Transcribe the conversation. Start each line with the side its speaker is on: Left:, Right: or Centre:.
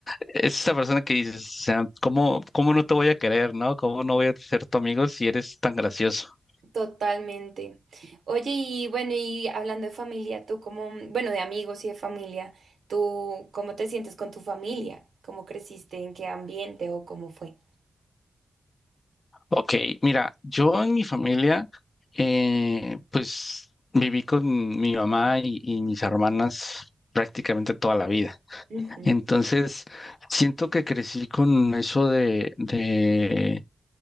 Left: es esa persona que dices, o sea, ¿cómo, cómo no te voy a querer, ¿no? ¿Cómo no voy a ser tu amigo si eres tan gracioso?
Right: Totalmente. Oye, y bueno, y hablando de familia, tú como, bueno, de amigos y de familia, ¿tú cómo te sientes con tu familia? ¿Cómo creciste? ¿En qué ambiente o cómo fue?
Left: Ok, mira, yo en mi familia, eh, pues viví con mi mamá y, y mis hermanas prácticamente toda la vida.
Right: Ujú.
Left: Entonces, siento que crecí con eso de, de,